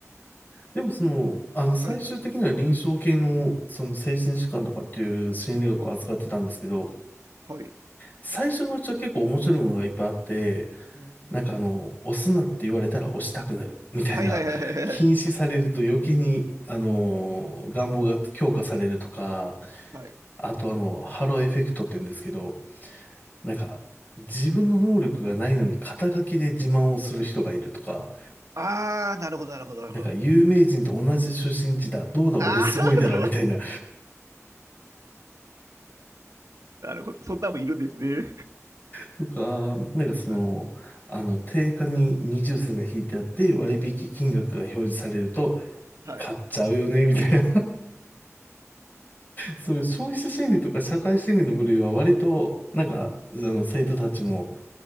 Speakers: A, on the left; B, on the right.
A: でもその、あの、最終的には臨床系の、
B: はい。
A: その精神疾患とかっていう心理学を扱ってたんですけど、
B: もう、はい。
A: 最初のうちは結構面白いものがいっぱいあって、
B: うん
A: なんかあの、押すなって言われたら押したくなるみたいな、
B: はいはいはいはいはい
A: 禁止されると余計に、
B: うん。
A: あの、
B: うん
A: 願望が強化されるとか、
B: はい。
A: あとあの、ハローエフェクトって言うんですけど、なんか、自分の能力がないのに肩書きで自慢をする人がいるとか、
B: ああ、なるほど、なるほど、なるほど。
A: なんか有名人と同じ出身地だ、どうだ俺すごいだろみたいな、
B: ああ、<laughs> なるほど。そんなもんいるんですね。
A: とか、なんかその、
B: <laughs>
A: あの、定価に二重線が引いてあって割引金額が表示されると、
B: はい。
A: 買っちゃうよね、みたいなそういう消費者心理とか社会心理の部類は割と、なんか、
B: うん。
A: あの、生徒たちも、